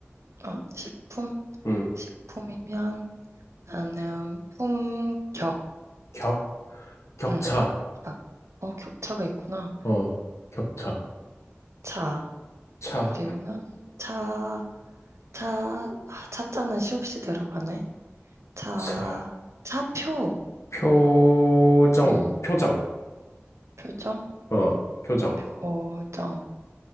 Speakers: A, on the right (about 90°); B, on the left (about 85°).
A: 어, 식품?
B: 음,
A: 식품이면 나는 품격,
B: 격, 격차,
A: 음, 격. 어, 격차가 있구나.
B: 어, 격차,
A: 격차.
B: 차,
A: 그리면 차, 차, 아, 차자는 시옷이 들어가네. 차,
B: 차,
A: 차표,
B: 표정,
A: 음,
B: 표정,
A: 표정,
B: 어, 표정.
A: 표정,